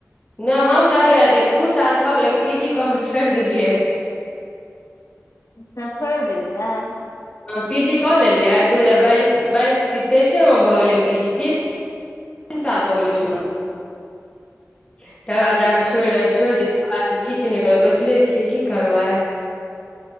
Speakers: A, on the left; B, on the left.
A: नै हम तऽ हेय दू साल भऽ गेलै पीजी कऽ कऽ छोड़ देलियै
B: अच्छा छोड़ देलियै
A: ह पीजी कऽ लेलियै दू हजार बाइस बाइस तेइसे में भऽ गेलै पीजी ती तीन साल भऽ गेले छु ना तकर बाद जाक छोड़ छोड़ दियौ बाद किछ नै करब बैसले छियै की करबै